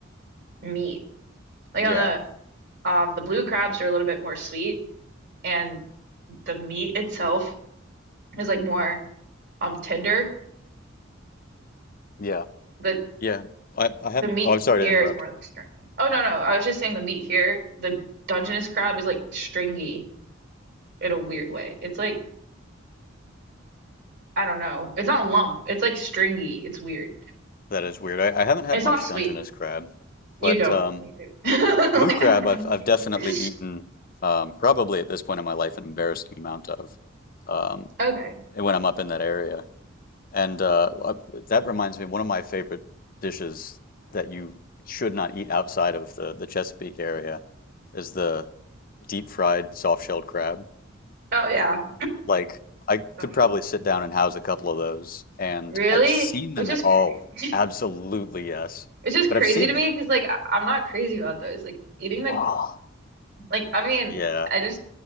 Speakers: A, on the right; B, on the left.
A: meat. Like
B: Yeah,
A: on the um, the blue crabs are a little bit more sweet, and the meat itself is like more um tender.
B: yeah,
A: The
B: yeah. I, I haven't.
A: the meat
B: Oh, I'm sorry
A: here
B: to interrupt.
A: is more like stringy. Oh no no, I was just saying the meat here, the Dungeness crab is like stringy in a weird way. It's like, I don't know. It's not lump. It's like stringy. It's weird.
B: That is weird. I, I haven't had
A: And it's not
B: much
A: sweet.
B: Dungeness crab,
A: You
B: but
A: don't.
B: um,
A: Me too. <laughs> Like,
B: blue crab
A: I don't
B: I've I've definitely
A: know.
B: eaten um, probably at this point in my life an embarrassing amount of um,
A: Okay.
B: and when I'm up in that area. And uh, I- that reminds me, one of my favorite dishes that you should not eat outside of the the Chesapeake area is the deep fried soft shelled crab.
A: Oh yeah,
B: Like I
A: soft
B: could probably
A: shell.
B: sit down and house a couple of those, and
A: Really?
B: I've seen
A: Which
B: them
A: is
B: at all.
A: crazy.
B: absolutely yes.
A: It's just
B: But
A: crazy
B: I've seen
A: to
B: them.
A: me because like I- I'm not crazy about those. Like eating the
B: Oh,
A: like I mean
B: yeah.
A: I just